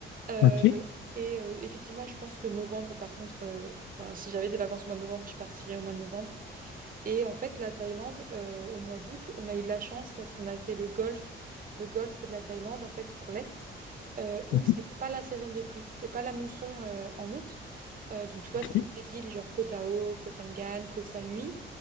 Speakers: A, on the right; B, on the left.
A: Euh,
B: Ok.
A: et euh, effectivement, je pense que novembre, par contre, euh, enfin, si j'avais des vacances au mois de novembre, je partirais au mois de novembre. Et en fait, la Thaïlande, euh, au mois d'août, on a eu de la chance parce qu'on a fait le golfe, le golfe de la Thaïlande, en fait, sur l'Est, euh, où
B: Mhm.
A: c'est pas la saison des pluies, c'est pas la mousson euh, en août. Euh, donc, tu vois,
B: Ok.
A: c'est toutes les îles, genre Koh Tao, Koh Phangan, Koh Samui.